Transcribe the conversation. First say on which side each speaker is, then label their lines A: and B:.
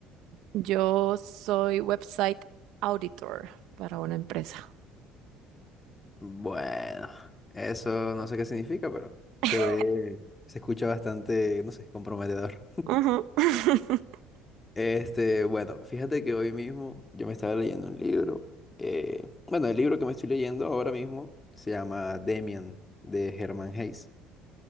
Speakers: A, on the right (about 70°); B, on the left (about 20°).
A: Yo soy website auditor para una empresa.
B: Bueno, eso no sé qué significa, pero se
A: <laughs>
B: ve, se escucha bastante, no sé, comprometedor.
A: Ujú. <laughs>
B: Este, bueno, fíjate que hoy mismo yo me estaba leyendo un libro. eh, bueno, el libro que me estoy leyendo ahora mismo se llama Demian, de Hermann Hesse.